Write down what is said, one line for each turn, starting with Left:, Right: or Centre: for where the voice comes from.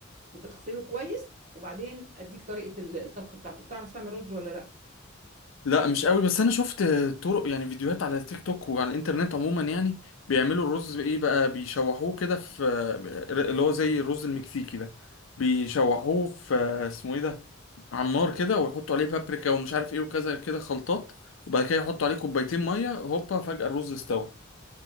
Right: وتغسله كويس وبعدين اديك طريقة ال- الطبخ بتاعته بتعرف تعمل رز ولا لا
Left: لا مش قوي بس انا شفت طرق يعني فيديوهات على تيك توك وعلى الانترنت عموما يعني بيعملوا الرز ايه بقى بيشوحوه كده في اللي هو زي الرز المكسيكي ده بيشوحوه في اسمه ايه ده على النار كده ويحطوا عليه بابريكا ومش عارف ايه وكذا كده خلطات وبعد كده يحطوا عليه كوبايتين ميه هوبا فجأة الرز استوى